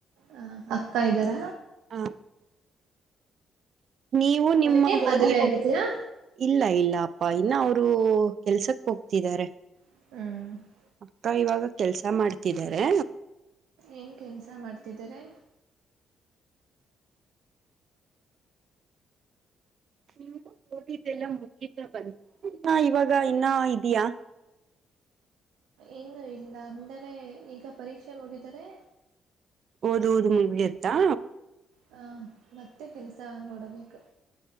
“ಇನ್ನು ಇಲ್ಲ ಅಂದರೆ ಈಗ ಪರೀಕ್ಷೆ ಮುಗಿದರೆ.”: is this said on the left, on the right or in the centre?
Right